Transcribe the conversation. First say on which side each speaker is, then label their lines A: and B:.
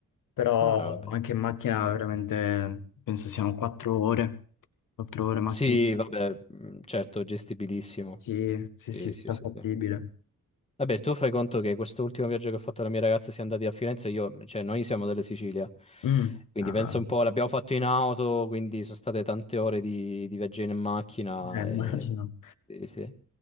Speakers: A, on the left; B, on the left.
A: però
B: Ah, vabbè.
A: anche in macchina veramente penso siano quattro ore, quattro ore massimo.
B: Sì, vabbè, mm, certo, gestibilissimo.
A: Sì, sì,
B: Sì,
A: sì, strafattibile.
B: sì, sì, sì. Vabbè, tu fai conto che quest'ultimo viaggio che ho fatto con la mia ragazza siamo andati a Firenze, io, cioè noi siamo della Sicilia,
A: Mm,
B: quindi
A: ah,
B: penso un po', l'abbiamo fatto in auto, quindi sono state tante ore di, di viaggio in macchina
A: eh, immagino.
B: e, sì, sì.